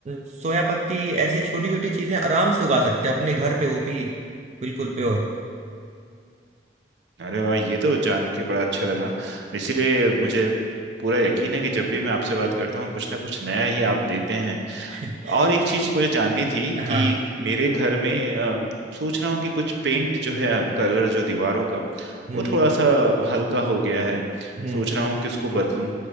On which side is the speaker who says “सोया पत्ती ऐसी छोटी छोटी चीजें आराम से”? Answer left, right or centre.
Right